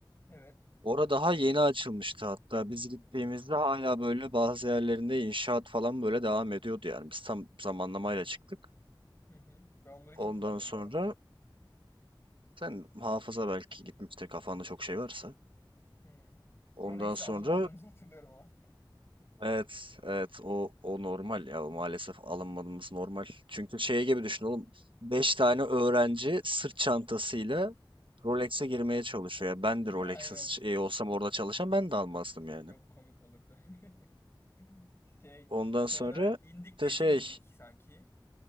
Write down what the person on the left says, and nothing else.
Evet.
Hı hı. Ben onları hiç
hatırlamıyorum
bu arada.
Hmm.
Rolex'e
alınmadığımızı hatırlıyorum ama.
<laughs>
Aynen.
Çok komik olurdu. <laughs> Şey,
sonra
indik
gece
indik sanki.